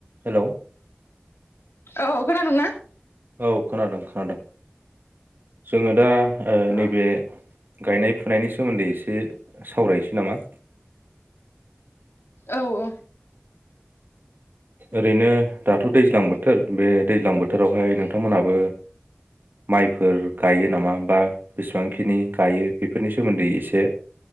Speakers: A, on the right (about 55°); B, on the left (about 75°).
A: हेलौ
B: औ खोनादोंना
A: औ खोनादों खोनादों जोङो दा ओ
B: औ
A: नैबे गायनाय फुनायनि सोमोन्दै एसे सावरायनोसै नामा
B: औ औ
A: ओरैनो दाथ दैज्लां बोथोर बे दैज्लां बोथोरावहाय नोंथांमोनहाबो माइफोर गायो नामा बा बेसेबांखिनि गायो बेफोरनि सोमोन्दै एसे